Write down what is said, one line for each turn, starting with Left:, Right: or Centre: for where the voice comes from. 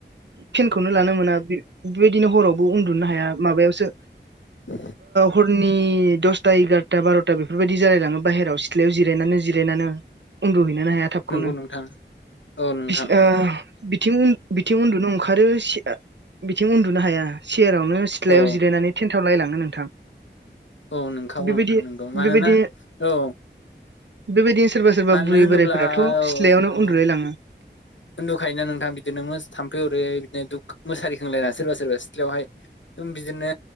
Right: फेनखौनो लानो मोना बेबायदिनो हरावबो उन्दुनो हाया। माबायावसो
Left: ब <inaudible>
Right: हरनि दसथा एगारथा बार'था बेफोरबायदि जालायलाङो बाहेरायाव सिथ्लायाव जिरायनानै जिरायनानै उन्दुहैनोनो हाया थाबखौनो
Left: नंगौ नोंथां औ नोंथां
Right: बिं बिथिं उन्दुनो ओंखार आरो बिथिं उन्दुनो हाया सेयारावनो सिथ्लायाव
Left: औ
Right: जिरायनानै थेन्थाव लायलाङो नोंथां।
Left: औ नोंखागौ
Right: बेबायदि
Left: नोंथां नोंगौ मानोना
Right: बेबायदि
Left: औ।
Right: बेबायदिनो सोरबा सोरबा
Left: मानो
Right: बुरि
Left: होनोब्ला
Right: बोराइफोराथ'
Left: औ
Right: सिथ्लायावनो
Left: नोंथां
Right: उन्दुलायलाङो।
Left: औ उन्दुखायोना नोंथां बिदिनो थाम्फै हरै बिदिनो मुसारि खोंलायना सोरबा सोरबा सिथ्लायावहाय बिदिनो